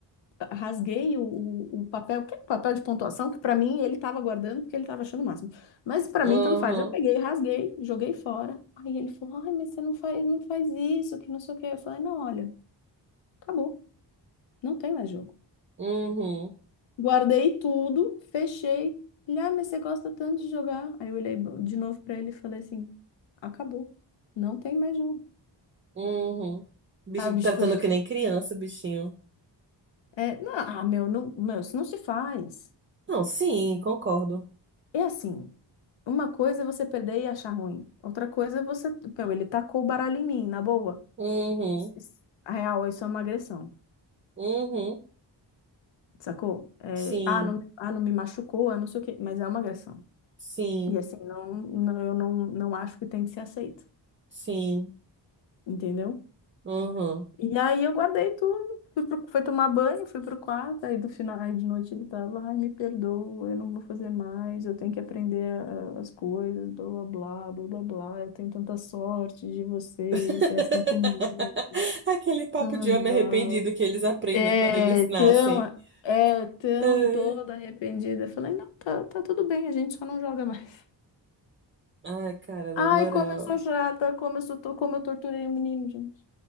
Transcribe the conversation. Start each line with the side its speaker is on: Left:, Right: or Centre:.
Left: rasguei o, o, o papel, que é o papel de pontuação que para mim ele estava guardando porque ele estava achando o máximo. Mas para
Right: Aham.
Left: mim tanto faz. Eu peguei, rasguei, joguei fora. Aí ele falou: "Ai, mas você não faz, não faz isso, que não sei o quê". Eu falei: "Não, olha, acabou. Não tem mais jogo.
Right: Uhum.
Left: Guardei tudo, fechei. Ele, ah, mas você gosta tanto de jogar. Aí eu olhei de novo pra ele e falei assim: acabou, não tem mais jogo.
Right: Uhum. Bichinho
Left: Aí o bicho
Right: tratando
Left: foi. ficar-
Right: que nem criança, bichinho.
Left: É, não, ah, meu, não, meu, isso não se faz.
Right: Não, sim, concordo.
Left: É assim: uma coisa é você perder e achar ruim, outra coisa é você. Meu, ele tacou o baralho em mim, na boa.
Right: Uhum.
Left: Isso- isso- A real, isso é uma agressão,
Right: Uhum.
Left: sacou? É,
Right: Sim.
Left: ah, não, me- ah, não me machucou, ah, não sei o quê, mas é uma agressão.
Right: Sim.
Left: E assim, não, não, eu não, não acho que tem que ser aceito,
Right: Sim.
Left: entendeu?
Right: Uhum.
Left: E aí eu guardei tudo. Fui, pro- fui tomar banho, fui pro quarto, aí do final, aí de noite ele tava, ai, me perdoa, eu não vou fazer mais, eu tenho que aprender ah, as coisas, blá blá blá, blá blá blá, eu tenho tanta sorte de você
Right: <laughs>
Left: ser assim comigo,
Right: Aquele papo
Left: blá
Right: de
Left: blá
Right: homem arrependido
Left: blá.
Right: que eles aprendem
Left: É
Right: quando eles nascem.
Left: tão, é tão
Right: Ai,
Left: toda arrependida. Eu falei, não, tá, tá tudo bem, a gente só não joga mais.
Right: ai, cara, na
Left: Ai,
Right: moral.
Left: como eu sou chata, como eu sou, to- como eu torturei o menino, gente.